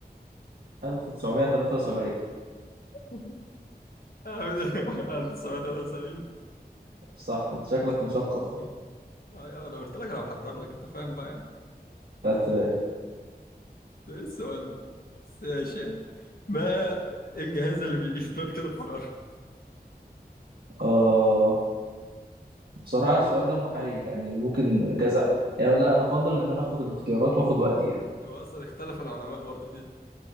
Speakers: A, on the right (about 70°); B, on the left (about 65°).
A: 1973
B: <laughs> 1973
A: صح انت شكلك مثقف يعني
B: اه يا عم، انا قلت لك انا بحضر لك انت فاهم بقى
A: فت-
B: ده ايه السؤال ده بس ماشي يعني ما الجهاز اللي بيقيس درجة الحرارة
A: اه بصراحة السؤال ده محير يعني ممكن كذا يعني لا انا افضل ان انا اخد الاختيارات واخد وقتي يعني
B: هو أصلا اختلف العلماء برضه فيه